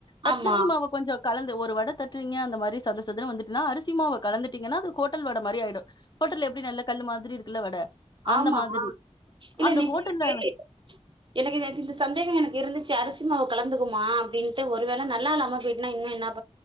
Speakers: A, on the left (about 40°); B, on the right (about 45°).
A: பச்சரிசிமாவ
B: ஆமா
A: கொஞ்சோ கலந்து ஒரு வட தட்றீங்க அந்த மாறி சதசதன்னு வந்துட்டுனா அரிசிமாவ கலந்துட்டீங்குன்னா அது ஹோட்டல் வட மாறி ஆயிடும் ஹோட்டல்ல எப்டி நல்லா கல்லு மாதிரி இருக்குல்ல வட அந்த
B: ஆமா
A: மாதிரி
B: இல்ல
A: அந்த
B: நீங்க
A: ஹோட்டல்ல
B: <unintelligible> எனக்கு நேத்து இந்த சந்தேகம் எனக்கு இருந்துச்சி அரிசிமாவு கலந்துக்குவுமா அப்டின்ட்டு ஒரு வேல நல்லா இல்லாம போயிட்னா இன்னு என்னாப்